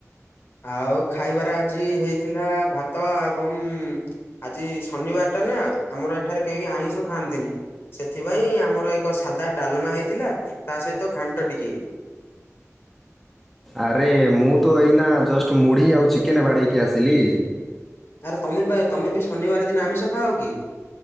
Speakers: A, on the left; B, in the centre.
A: ଆଉ ଖାଇବାରେ ଆଜି ହେଇଥିଲା ଭାତ ଆବଂ ଆଜି ଶନିବାରଟା ନା ଆମର ଏଠାରେ କେହି ଆଇଁଷ ଖାଆନ୍ତିନି। ସେଥି ସେଥିପାଇଁ ଆମର ଏକ ସାଧା ଡାଲମା ହେଇଥିଲା ତା ସହିତ ଘାଣ୍ଟ ଟିକେ।
B: ଆରେ ମୁଁ ତ ଏଇନା ଜଷ୍ଟ ମୁଢି ଆଉ ଚିକେନ ବାଡେଇକି ଆସିଲି।
A: ଆରେ ତମେ ବା ତମେ ବି ଶନିବାର ଦିନ ଆମିଷ ଖାଅ କି?